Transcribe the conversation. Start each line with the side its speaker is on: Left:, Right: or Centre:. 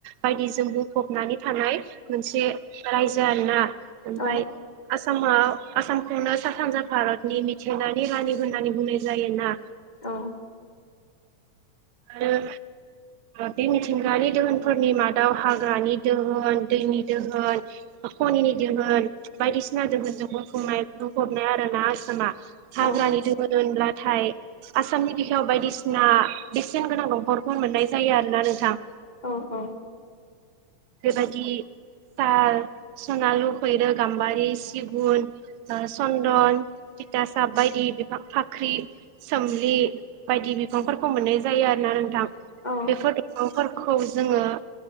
Right: बायदिजों बुंफबनानै थानाय। मोनसे रायजो आरोना ओमफाय
Left: औ
Right: आसामाव आसामखौनो सा सानजा भारतनि मिथिंगानि रानि होननानै बुंनाय जायोना।
Left: औ।
Right: आरो। बे मिथिंगायारि दोहोनफोरनि मादाव हाग्रानि दोहोन, दैनि दोहोन। खनिनि दोहोन बायदिसिना दोहोनजों बुंफुंनाय बुंफबनाय आरो ना आसामा। हाग्रानि
Left: औ
Right: दोहोन होनब्लाथाय आसामनि बिखायाव बायदिसिना। बेसेन गोनां दंफांफोर मोननाय जायो आरो ना नोंथां।
Left: औ-औ।
Right: बेबायदि साल, सनालु, खैरो, गाम्बारि, सिगुन ओ सन्दन। थिथासाब बायदि बिफां फाख्रि, सोमलि बायदि बिफांफोरखौ मोननाय जायो आरोना नोंथां।
Left: औ
Right: बेफोर दंफांफोरखौ जोङो।